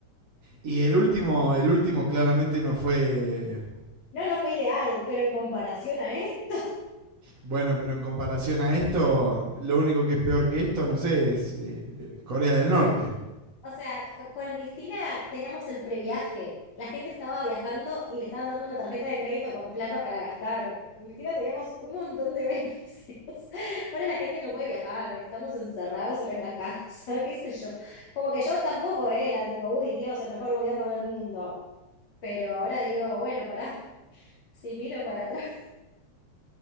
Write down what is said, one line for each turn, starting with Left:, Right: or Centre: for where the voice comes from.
Right: y el último, el último claramente no fue
Left: No, no fue ideal, pero en comparación a esto.
Right: bueno, pero en comparación a esto, lo único que es peor que esto, no sé, es eh, eh, Corea del Norte.
Left: O sea, con Cristina teníamos el previaje. La gente estaba viajando y le estaban dando una tarjeta de crédito con plata para gastar. Con Cristina teníamos un montón de <laughs> beneficios. Ahora la gente no puede viajar, estamos encerrados en nuestras casas, <laughs> qué sé yo. Como que yo tampoco era tipo, uy, Dios, el mejor gobierno del mundo. Pero ahora digo, bueno, pará, <laughs> si miro para atrás.